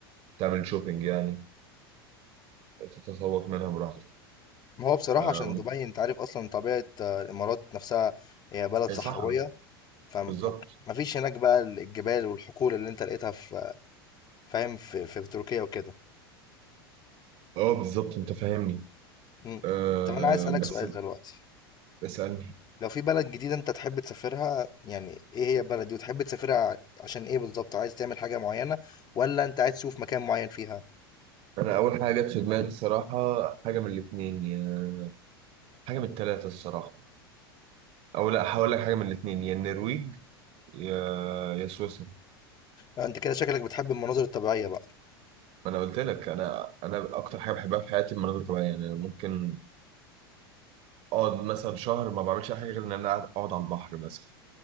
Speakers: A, on the right; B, on the left.
A: تعمل شوبينج يعني تتسوق منها براحتك
B: ما هو بصراحة
A: آه،
B: عشان
A: و-
B: دبي أنت عارف أصلًا طبيعة آه، الإمارات نفسها هي بلد صحراوية،
A: صح
B: فما
A: بالظبط
B: ما فيش هناك بقى ال الجبال والحقول اللي أنت لقيتها في فاهم، في في تركيا وكده.
A: اه بالظبط انت فاهمني
B: إمم.
A: آه،
B: طب أنا عايز أسألك
A: بس
B: سؤال دلوقتي،
A: اسألني
B: لو في بلد جديدة أنت تحب تسافرها، يعني إيه هي البلد دي وتحب تسافرها ع- عشان إيه بالضبط؟ عايز تعمل حاجة معينة والّا أنت عايز تشوف مكان معين فيها؟
A: أنا أول حاجة جت في دماغي الصراحة حاجة من الاتنين يا حاجة من التلاتة الصراحة أو لا هقول لك حاجة من الاتنين يا النرويج يا يا سويسرا
B: آه، أنت كده شكلك بتحب المناظر الطبيعية بقى.
A: ما أنا قلت لك أنا أنا أكتر حاجة بحبها في حياتي المناظر الطبيعية يعني أنا ممكن أقعد مثلا شهر ما بعملش أي حاجة غير إن أنا أقعد على البحر مثلا